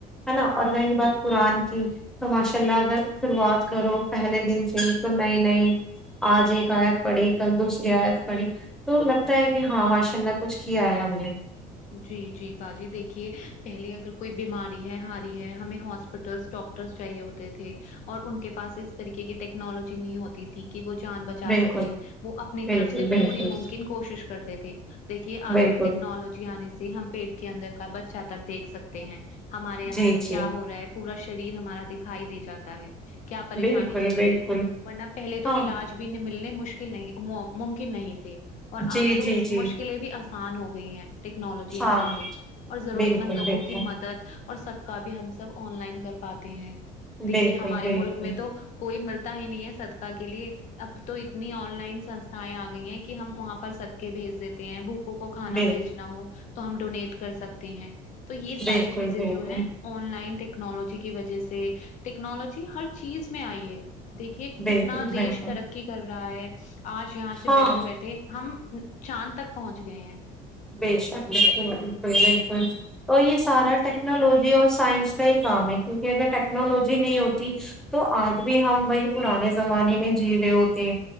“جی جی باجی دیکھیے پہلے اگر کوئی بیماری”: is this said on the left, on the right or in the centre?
Left